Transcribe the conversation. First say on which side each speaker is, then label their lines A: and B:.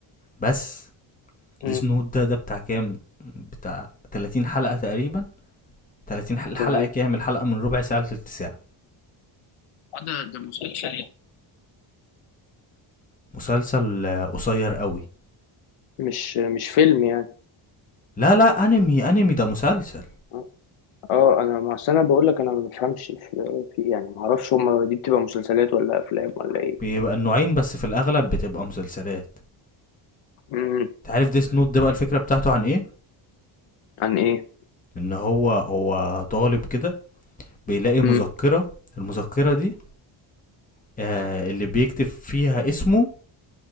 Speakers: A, on the left; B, on the left.
A: بس
B: م،
A: ديس نوت ده ده بتاع كام بتاع 30 حلقة تقريبا 30 حلقة الحلقة
B: تمام
A: كام الحلقة من ربع ساعة لتلت ساعة
B: آه، ده ده مسلسل يعني.
A: مسلسل آه، قصير قوي
B: مش مش فيلم يعني
A: لا لا انمي انمي ده مسلسل
B: اه آه، انا ما أصل انا بقول لك انا ما بفهمش في, في يعني ما اعرفش هما دي بتبقى مسلسلات ولا افلام ولا
A: بيبقى النوعين بس في الاغلب بتبقى مسلسلات
B: ايه
A: تعرف ديس نوت ده بقى الفكرة بتاعته عن ايه
B: عن ايه
A: ان هو هو طالب كده بيلاقي مذكرة
B: مم.
A: المذكرة دي آه اللي بيكتب فيها اسمه